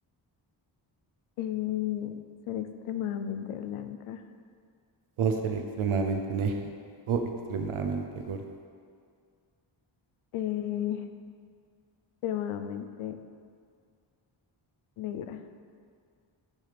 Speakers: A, on the left; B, on the right.
A: Eh, ser extremadamente blanca,
B: O ser extremadamente negra <laughs> o extremadamente gorda.
A: eh, extremadamente negra.